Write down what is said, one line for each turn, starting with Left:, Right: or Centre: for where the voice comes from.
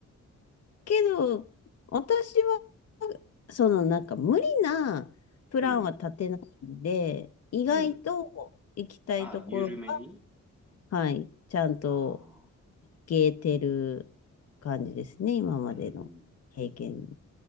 Left: けど、私は、その、なんか、無理なプランは立てないんで、
Centre: うん
Left: 意外と
Centre: うん。うん。
Left: 行きたいところが、
Centre: あ緩めに
Left: はい、ちゃんと
Centre: ああー、
Left: 行けてる感じですね、今までの経験
Centre: うん。